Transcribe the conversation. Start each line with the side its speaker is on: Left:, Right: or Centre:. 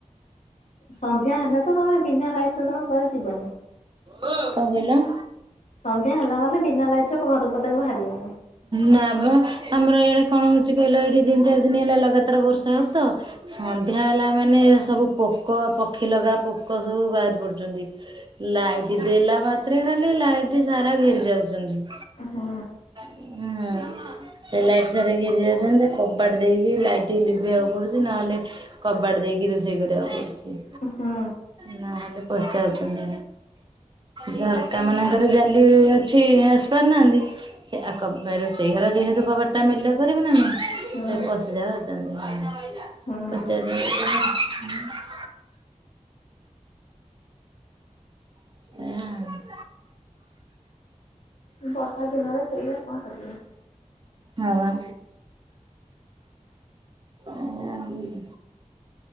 Left: ସନ୍ଧ୍ୟା ହେଲେ ତ ତମେ ବିନା ଲାଇଟରେ ତମେ କୁଆଡେ ଯିବନି।
Right: କଣ କହିଲ?
Left: ସନ୍ଧ୍ୟା ହେଲା ମାନେ ବିନା ଲାଇଟରେ ଘରୁ ପଦାକୁ ବାହାରିବେନି।
Right: ନା ବା ଆମର ଇଆଡେ କଣ ହଉଛି କହିଲ, ଏଇଠି ଦିନି ଚାରି ଦିନ ହେଲା ଲଗାତାର ବର୍ଷା ହଉଛି ତ। ସନ୍ଧ୍ୟା ହେଲା ମାନେ ସବୁ ପୋକ ପକ୍ଷୀ ଲଗା ପୋକ ସବୁ ବାହାରି ପଡୁଚନ୍ତି। ଲାଇଟ୍ ଦେଲା ମାତ୍ରେ ଖାଲି ଲାଇଟ୍ ସାରା ଘେରି ଯାଉଚନ୍ତି।
Left: ଉଁ ହୁଁ।
Right: ହୁଁ। ସେ ଲାଇଟ୍ ସାରିକି ଘେରି ଯାଉଚନ୍ତି ଯେ କବାଟ ଦେଇକି ଲାଇଟ୍ ଲିଭେଇବାକୁ ପଡୁଛି ନହେଲେ କବାଟ ଦେଇକି ରୋଷେଇ କରିବାକୁ ପଡୁଚି।
Left: ହୁଁ।
Right: ନହେଲେ ପଚାରୁଚନି, ଝରକାମାନଙ୍କରେ ଜାଲି ଅ ଛି ଆସିପାରୁନାହାନ୍ତି। ସେ ଆ କବାରୋଷେଇ ଘର ଯେହେତୁ କବାଟ ଟା ମେଲା କରିବୁ ନା ନାଇଁ ସେ
Left: ହୁଁ
Right: ପଶିଯାଉ ଚନ୍ତି
Left: ହୁଁ
Right: <inaudible> ହଁ।
Left: ବର୍ଷା ଦିନରେ ସେଇଆ କଣ କରିବା?
Right: ହଁ ବା। ଏଇଆ ଆଉ